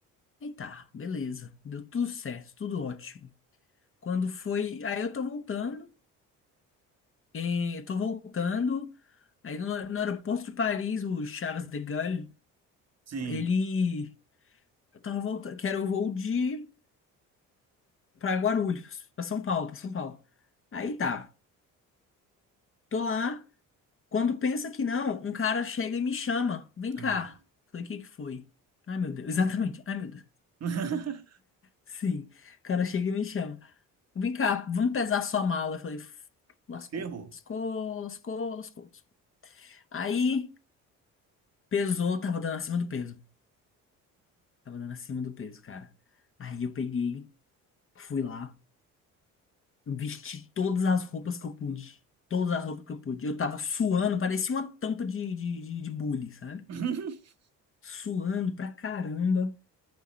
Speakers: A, on the left; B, on the right.
A: Aí tá, beleza. Deu tudo certo, tudo ótimo. Quando foi. Aí eu tô voltando, eh, eu tô voltando. Aí no, no aeroporto de Paris, o Charles de Gaulle,
B: sim.
A: ele. Eu tava voltando, que era o voo de. pra Guarulhos, pra São Paulo, pra São Paulo. Aí tá, tô lá. Quando pensa que não, um cara chega e me chama, vem cá.
B: Ai, meu Deus.
A: Falei, o que que foi? Ai, meu Deus, <laughs> exatamente. Ai, meu Deus.
B: <laughs>
A: Sim. O cara chega e me chama. Vem cá, vamos pesar sua mala. Eu falei, "Uf, lascou.
B: Você errou.
A: Lascou, lascou, lascou. lascou." Aí pesou, tava dando acima do peso. Tava dando acima do peso, cara. Aí eu peguei, fui lá, vesti todas as roupas que eu pude. Todas as roupas que eu pude. Eu tava suando, parecia uma tampa de, de, de, de bule, sabe?
B: <laughs>
A: Suando pra caramba.